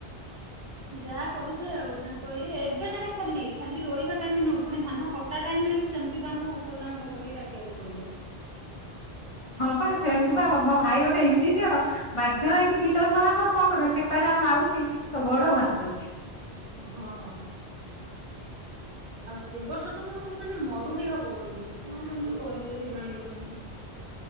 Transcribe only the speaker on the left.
ହଁ ବା ସେମିତି ବା ମୋ ଭାଇ ଗୋଟେ ଇଞ୍ଜିନିୟର। ବାଧ୍ୟ ହେଇକି ବିଲରୁୁହବ କଣ କରିବ। ସେ କହିଲେ ଆଉ ମାଉସୀ ତୋ ଗୋଡ ଘସି ଦଉଛି।